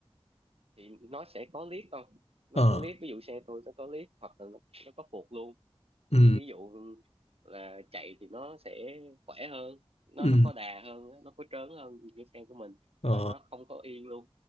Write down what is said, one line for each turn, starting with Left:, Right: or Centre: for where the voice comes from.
Right: thì nó sẽ có lift không nó
Left: ờ
Right: có lift ví dụ xe tôi nó có lift hoặc là nó, nó có phượt luôn
Left: ừ
Right: thì ví dụ là chạy thì nó sẽ khỏe hơn nó
Left: ừ
Right: nó có đà hơn nó có trớn hơn cái xe của mình
Left: ờ
Right: và nó không có yên luôn